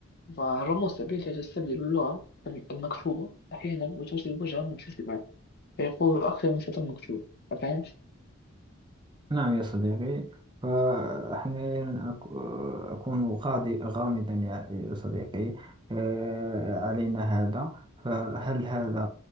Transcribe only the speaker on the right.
نعم يا صديقي فأحيانا أك- أكون غادي غامضا يا صديقي آه، علينا هذا فهل هذا